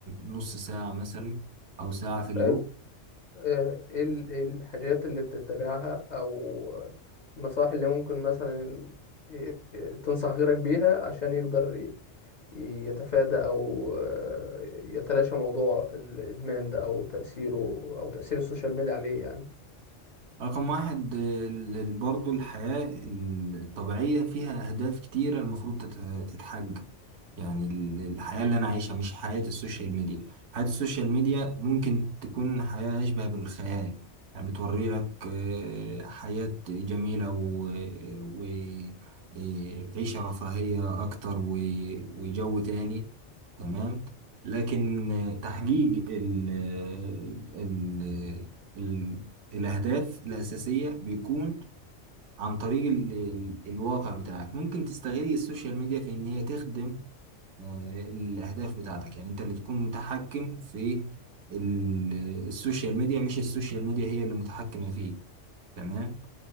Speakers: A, on the right; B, on the left.
A: نص ساعة مثلا أو ساعة في اليوم
B: طيب آه، ايه ال- إيه الحاجات اللي بتتبعها او النصائح اللي ممكن مثلا آه، تنصح غيرك بيها عشان يقدر ي- يتفادى أو آه، يتلاشى موضوع الإدمان ده أو تأثيره أو تأثير السوشيال ميديا عليه يعني
A: رقم واحد ال- برضو الحياة الطبيعية فيها أهداف كتيرة المفروض تت- تتحقق يعني ال- الحياة اللي أنا عايشها مش حياة السوشيال ميديا حياة السوشيال ميديا ممكن تكون حياة أشبه بالخيال يعني بتوري لك آه، حياة جميلة و و- آه، عيشة رفاهية أكتر و- وجو تاني تمام لكن آه، تحقيق ال ال- ال- الأهداف الأساسية بيكون عن طريق ال ال الواقع بتاعك ممكن تستغل السوشيال ميديا في إن هي تخدم آه، الأهداف بتاعتك يعني أنت اللي تكون متحكم في ال- السوشيال ميديا مش السوشيال ميديا هي اللي متحكمة فيه تمام